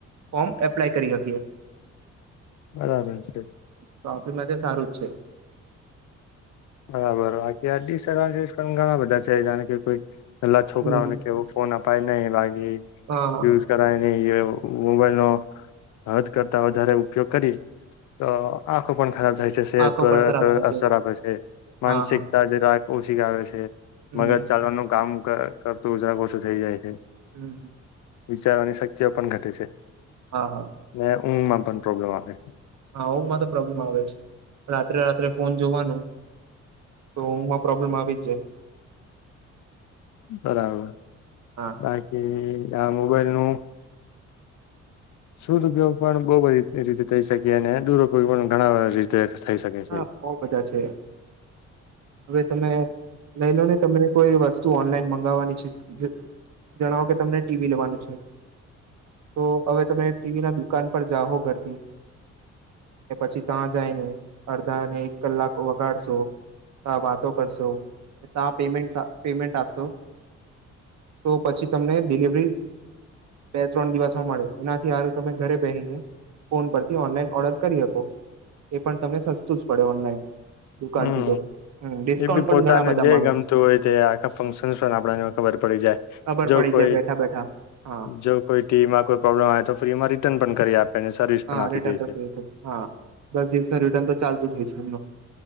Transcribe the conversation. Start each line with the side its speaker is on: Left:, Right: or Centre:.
Right: ફોર્મ એપ્લાય કરી શકીએ
Left: બરાબર છે
Right: તો આપણી માટે સારું જ છે
Left: બરાબર બાકી આ <unintelligible> ઘણા બધા છે કારણ કે કોઈ એલા છોકરાઓ
Right: હમ
Left: કેવું ફોન આપ <unintelligible> નઈ ભાઈ એ
Right: હા
Left: યુઝ કર મોબાઈલ નો હદ કરતા વધારે ઉપયોગ કરીએ તો આંખો પણ ખરાબ થાય છે સેહત
Right: આંખો
Left: પર
Right: પણ ખરાબ થાય
Left: અસર આપે છે માનસિકતા
Right: હા હા
Left: જે રા ઓછી આવે છે
Right: હમ
Left: મગજ ચાલવાનું કામ કરતો ઓછો થઈ જાય છે
Right: હમ
Left: વિચારવાની શક્તિઓ પણ ઘટે છે
Right: હા હા
Left: એ હમ પણ પ્રોબ્લેમ આવે
Right: હા ઊંઘમાં તો પ્રોબ્લેમ આવે જ રાત્રે-રાત્રે ફોન જોવાનું તો ઊંઘમાં પ્રોબ્લેમ આવી જ જાય
Left: બરાબર
Right: હા
Left: બાકી ત્યાં મોબાઈલ નું શુધ્ધ ઉપયોગ પણ બહું બધી એ રીતે થઈ શકી અને દુરુપયોગ પણ ઘણા બધા રીતે થઈ શકે છે.
Right: હા બહું બધા છે હવે તમે લઈ લો ને તમને કોઈ વસ્તુ તુ ઓનલાઈન મંગાવવાની છે હુ જણાવો કે તમને ટીવી લેવાનું છે તો હવે તમે ટીવી ના દુકાન પર જાઓ ઘરથી કે પછી ત્યાં જાય ને અડધા અને એક કલાકો વગાડશો કા વાતો કરશો કા પેમેન્ટ પેમેન્ટ આપશો તો પછી તમને ડિલિવરી બે-ત્રણ દિવસમાં મળે એનાથી હારું તમે ઘરે બેહીને ફોન પરથી ઓનલાઈન ઓર્ડર કરી શકો એ પણ તમને સસ્તું જ પડે ઓનલાઈન દુકાનથી
Left: હમ
Right: તો હમ ડિસ્કાઉન્ટ
Left: એ બી
Right: પણ
Left: પોતાને
Right: ઘણા બધા
Left: જે
Right: મળે
Left: ગમતું હોય તે આખા ફંક્શનસ પણ આપનને ખબર પડી જાય
Right: ખબર
Left: જો
Right: પડી
Left: કોઈ
Right: જાય બેઠા બેઠા હા
Left: જો કોઈ ટીમમાં કોઈ પ્રોબ્લેમ આવે તો ફ્રી માં રિટર્ન પણ કરી આપે ને સર્વિસ
Right: હા
Left: પણ આપી
Right: રિટર્ન
Left: દે
Right: તો
Left: છે.
Right: <inaudible> હા દસ દિવસનું રિટર્ન તો ચાલતું જ હોય છે એમનું